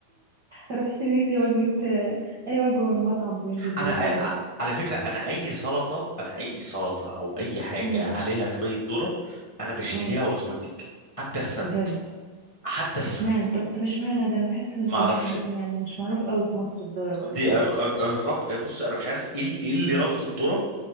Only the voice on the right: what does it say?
اروح اشتري لي وجبة آه، اي وجبة من مطعم بال- بالرقم
ده
امم
امم
بجد
اشمعنى طب طب اشمعنى ده انا بحس ان
طب
مش مد... يعني مش معروف قوي في مصر الذرة والكلام
من
ده